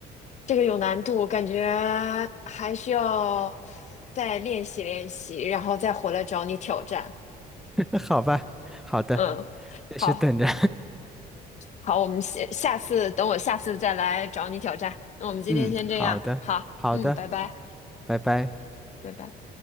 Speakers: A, on the left; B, in the centre.
A: 这个有难度，感觉还需要再练习练习，然后再回来找你挑战。
B: <laughs> 好吧，好的，
A: 嗯，
B: 也是等着。
A: 好好，我们下下次等我下次再来找你挑战。那我们今天先这样，
B: <laughs> 嗯，好的，
A: 好，
B: 好的，
A: 嗯，拜拜，
B: 拜拜。
A: 拜拜。